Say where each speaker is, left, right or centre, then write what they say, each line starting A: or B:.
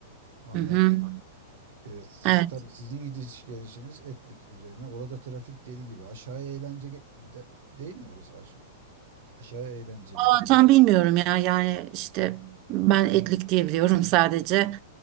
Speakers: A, on the right; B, on the right.
A: anladım.
B: Hı hı.
A: Evet,
B: Evet.
A: tabii sizin gidiş gelişiniz etlik üzerine. Orada trafik deli gibi. Aşağıya eğlence ge- de- değil mi orası aşağı? Aşağıya eğlence
B: Ben
A: midir
B: tam
A: nedir?
B: bilmiyorum ya. Yani işte ben etlik diye biliyorum <laughs> sadece.